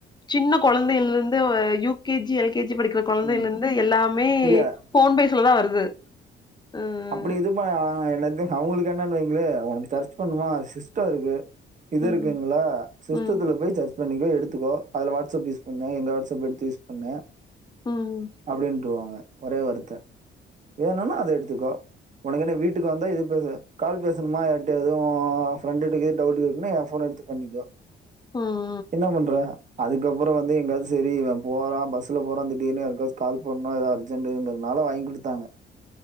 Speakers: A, on the left; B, on the right.
A: சின்ன கொழந்தைகள் இந்து U K G L K G படிக்க குழந்தைல
B: ம்.
A: இந்து எல்லாமே
B: இல்ல
A: ஃபோன் பேஸ்ல தா வருது ம்
B: அப்படி இது பண்ண என்னது அவங்களுக்கு என்னன் வைங்களே உனக்கு சர்ச் பண்ணுமா சிஸ்டோ இருக்கு இது
A: ம்
B: இருக்குங்களா சிஸ்டத்துல
A: ம்
B: போய் சர் பண்ணிக்கோ எடுத்துக்கோ அதுல வாட்ஸ்சப் யூஸ் பண்ணு எங்க வாட்ஸ்அப் எடுத்து யூஸ் பண்ணு
A: ம்
B: அப்படின்ருவாங்க ஒரே வார்த்த வேணுன்னா அத எடுத்துக்கோ ஒனக்கு என்ன வீட்டுக்கு வந்தா இது பேசு கால் பேசணுமா யார்ட்டியாது ப்ரெண்டுட கீது டவுட் கேக்கணுனா எ ஃபோன் எடுத் து பண்ணிக்கோ
A: ம்
B: என்ன பண்ற அதுக்கப்புறோ வந்து எங்காவது சரி இவ போறா பஸ்ல போறா திடீர்னு யார்காஸ் கால் பண்ணு ஏத அர்ஜென்ட்டுங்கிறனால வாங் குடுத்தாங்க